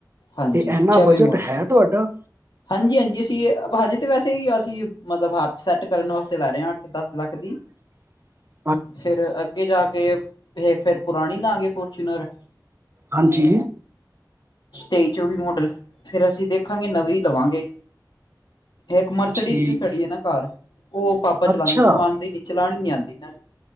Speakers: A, on the left; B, on the right.
A: ਹਾਂਜੀ
B: ਤੇ ਇਨਾ
A: ਚੌਵੀ
B: ਬਜਟ
A: ਮੁੜ
B: ਹੈ ਤੁਹਾਡਾ,
A: ਹਾਂਜੀ-ਹਾਂਜੀ ਅਸੀਂ ਹਜੇ ਤਾਂ ਵੈਸੇ ਹੀ, ਅਸੀਂ ਮਤਲਬ ਹੱਥ ਸੈੱਟ ਕਰਨ ਵਾਸਤੇ ਲੈ ਰਹੇ ਹਾਂ ਅੱਠ ਦਸ ਲੱਖ ਦੀ।
B: <unintelligible>
A: ਫੇਰ ਅੱਗੇ ਜਾ ਕੇ ਇਹ ਫਿਰ ਪੁਰਾਣੀ ਲਾਂਗੇ ਫੋਰਚੂਨਰ
B: ਹਾਂਜੀ।
A: ਤੇਈ ਚੌਵੀ ਮਾਡਲ ਫਿਰ ਅਸੀਂ ਦੇਖਾਂਗੇ ਨਵੀਂ ਲਵਾਂਗੇ। ਇੱਕ ਮਰਸਡੀਜ਼
B: ਠੀਕ
A: ਵੀ ਖੜੀ ਹੈ ਨਾ ਘਰ ਉਹ ਪਾਪਾ ਚਲਾਉਂਦੇ
B: ਅੱਛਾ
A: ਨੇ। ਉਹ ਆਉਂਦੇ ਨ ਚਲਾਣੀ ਨੀ ਆਉਂਦੀ ਨਾ।